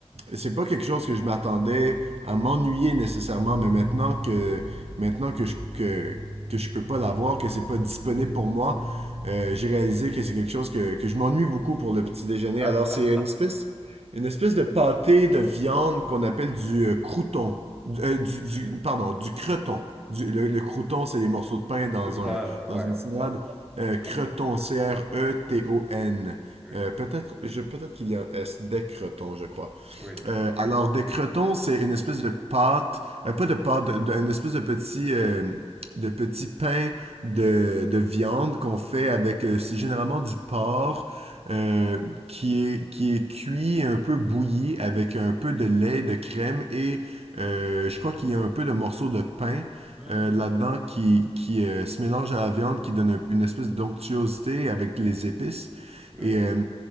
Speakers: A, on the right; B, in the centre.
A: c'est pas quelque chose que je m'attendais à m'ennuyer nécessairement, mais maintenant que maintenant que je que, que je peux pas l'avoir, que c'est pas disponible pour moi, euh, j'ai réalisé que c'est quelque chose que, que je m'ennuie beaucoup pour le petit déjeuner.
B: <laughs>
A: Alors c'est une espèce une espèce de pâté de viande qu'on appelle du euh, crouton, du, euh, du- du- pardon, du creton. Du- le, le crouton, c'est les morceaux de pain dans
B: De pain,
A: un
B: ouais,
A: dans une salade. Euh,
B: je
A: Creton,
B: connais.
A: C-R-E-T-O-N.
B: Oui,
A: Euh, peut-être je peut-être qu'il y a un S des Creton, je crois.
B: oui.
A: Euh, alors, des crotons, c'est une espèce de pâte, euh, pas de pâte, de- de- une espèce de petit, euh, de petit pain de, de viande qu'on fait avec, euh, c'est généralement du porc euh, qui est, qui est cuit, un peu bouilli, avec un peu de lait, de crème et euh, je crois qu'il y a un peu de morceaux de pain
B: Hmm,
A: euh, là-dedans qui, qui euh, se mélange à la viande, qui donne un- une espèce d'onctuosité avec les épices.
B: Oui.
A: Et euh,